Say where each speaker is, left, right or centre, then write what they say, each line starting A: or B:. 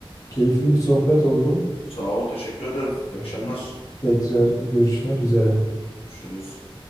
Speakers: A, on the left; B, on the left.
A: keyifli bir sohbet oldu.
B: Sağ ol, teşekkür ederim. İyi
A: Ee,
B: akşamlar.
A: Tekrar görüşmek üzere.
B: Görüşürüz.